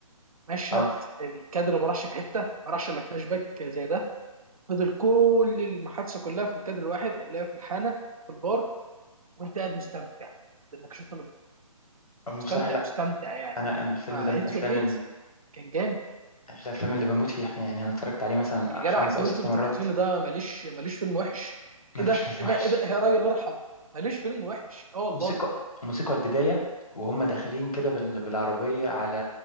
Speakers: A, on the right; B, on the left.
A: مشهد
B: اه
A: الكادر ما راحش في حته ما راحش الا فلاش باك زي ده فضل كل المحادثه كلها في الكادر الواحد اللي هي في الحانه في البار وانت قاعد مستمتع بالنقاشات اللي بتدور
B: أما
A: مستمتع
B: بصراحة لا
A: مستمتع يعني
B: انا انا الفيلم
A: فهيتفول
B: ده من الافلام
A: ايت كان جامد
B: الافلام اللي بموت فيها يعني انا اتفرجت عليه مثلا
A: يا جدع
B: خمس
A: كوينتن
B: او ست مرات
A: ترنتينو ده ماليش ماليش فيلم وحش
B: ملوش
A: ايه ده
B: فيلم
A: ايه
B: وحش
A: ده ايه ده يا راجل ارحم ماليش فيلم وحش اه والله
B: موسيقى موسيقى البدايه وهم داخلين كده بال... بالعربيه على